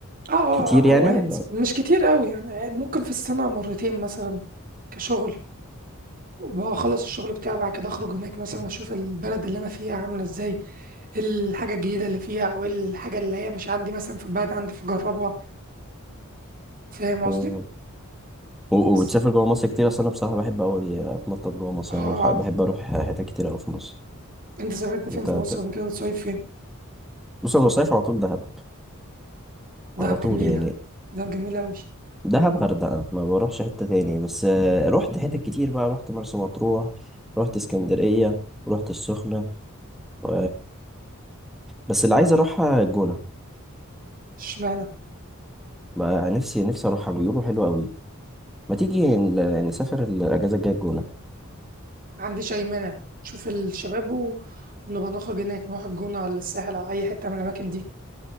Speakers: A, on the right; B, in the centre.
A: اه اه
B: كتير
A: آه،
B: يعني
A: اوقات
B: ولا
A: مش كتير قوي يعني ممكن في السنة مرتين مثلا كشغل وبخلص الشغل بتاعي بعد كده اخرج هناك مثلا اشوف البلد اللي انا فيها عامله ازاي الحاجه الجديده اللي فيها او الحاجه اللي هي مش عندي مثلا في البلد عندي فاجربها فاهم
B: مم.
A: قصدي
B: و- وبتسافر
A: بس
B: جوه مصر كتير اصلا انا بصراحه بحب اوي اتنطط جوه مصر
A: اه
B: يعني بروح بحب اروح حتت كتير اوي في مصر
A: انت سافرت فين
B: انت
A: في
B: بت...
A: مصر قبل كده بتصيف فين
B: بص انا بصيف على طول دهب
A: دهب
B: على طول
A: جميله
B: يعني
A: دهب جميله قوي
B: دهب غردقه ما بروحش حته تاني بس آه، رحت حتت كتير بقى رحت مرسى مطروح رحت اسكندريه رحت السخنه و... بس اللي عايز اروحها الجونه
A: اشمعنى
B: بقى نفسي نفسي اروحها بيقولوا حلوه قوي ما تيجي ن- نسافر الاجازه الجايه الجونه
A: ما عنديش اي مانع شوف الشباب و... ونبقى نخرج هناك نروح الجونه ولا الساحل او اي حته من الاماكن دي